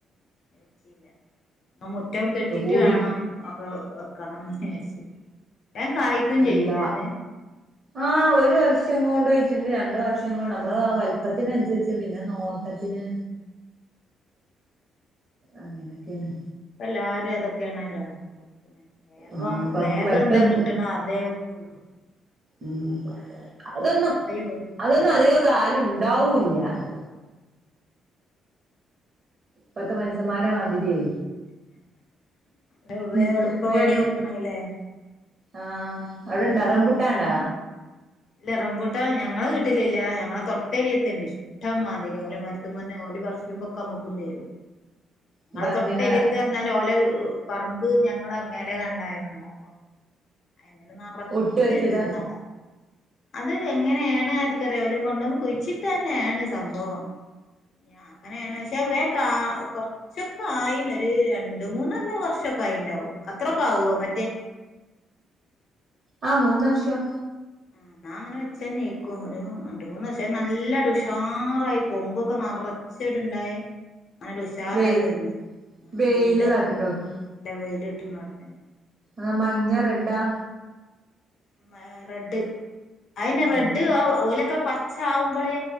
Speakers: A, on the left; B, on the right.
A: വെച്ചില്ല എന്ന മുറ്റം കെട്ടിട്ട്
B: ഇപ്പൊ പൂതി
A: വാണം അക്കെ വെക്കണം വിചാരിച്ച് വേം കായ്ക്കും
B: എന്താ
A: ചെയ്യൂലേ അത്
B: ആ ഒരു വർഷം കോണ്ട് ണ്ട് രണ്ട് വർഷ കൊണ്ട് നമ്മള് വൽപ്പത്തിന് അനുസരിച്ച് പിന്നെ നോട്ടത്തിന് അങ്ങനെയൊക്കെണ്
A: എല്ലാരും അതൊക്കെണല്ലോ വേഗം
B: ആഹ് അപ്പൊ നമുക്ക്
A: വേഗം
B: പെട്ടെന്ന്
A: എന്താ കിട്ട്ണ അതേ വെക്കുള്ളു.
B: ഉം അതൊന്നും
A: പോ
B: അതൊന്നും അധികം കാല ഇണ്ടാവുല്ല. ല്ല. പത്ത് മനസന്മാരാ മിതിരിയേ
A: ശരിയാ
B: വെ
A: എളുപ്പ പണി
B: വേഗം
A: നോക്കണല്ലേ
B: ആ അവിടെണ്ട റമ്പുട്ടാണ്ട?
A: ല്ല റംപൂട്ട ഞങ്ങളെ വീട്ടിലില്ല ഞങ്ങളെ തൊട്ടേരിയത്തുണ്ട് ഇഷ്ടംമാതിരി ഓലെ മരുത്ത്മ്മന്ന് ല് പറ്ച്ച്മ്പക്കെ നമക്കും തരും ങ്ങളെ
B: ഇതാ
A: തൊട്ടരിയത്ത്ഞ്ഞാ
B: ഇങ്ങനെ
A: ഓലെ ങ് പറമ്പ് ഞങ്ങളെ മേലേ കണ്ടായോണ്ടാ അപ്പൊ അയിമല് നറച്ച്ണ്ട്
B: ഒട്ട് വെച്ചതാ
A: ഇന്നട അത് എങ്ങനെയാണ് ആർക്കറിയ അവല് കൊണ്ടുവന്ന് കുഴിച്ചിട്ടേന്നെണ് സംഭവം ഞാ അങ്ങനെണ് ശെ വേം ക്കാ കൊറച്ചൊക്കെ ആയിന് ഒരു രണ്ട് മൂന്നൊല്ല വർഷൊക്കെ ആയിണ്ടാവും അത്രൊക്കെ ആവോ മറ്റേ
B: ആ മൂന്നർഷം
A: എന്നാ അങ്ങനെ വെച്ചന്നേക്കും ഒരു രണ്ട് മൂന്ന് വർഷമായി നല്ല ഉഷാറായി കൊമ്പൊക്കെ നറ ച്ചേടുണ്ടായി അങ്ങട് ഉഷാറായി
B: വെയി
A: വന്ന് ആ
B: വെയില്
A: വെയിലൊക്കെ
B: തട്ടുണ്ടോട്ട്
A: ആ നല്ല വെയില് ഇട്ട്ണോട്തന്നെ
B: ആ മഞ്ഞ റെഡാ
A: മെ റെഡ് അയന്നെ
B: ആഹ്
A: റെഡ് ഓലക്കെ പച്ച ആവുമ്പോളേ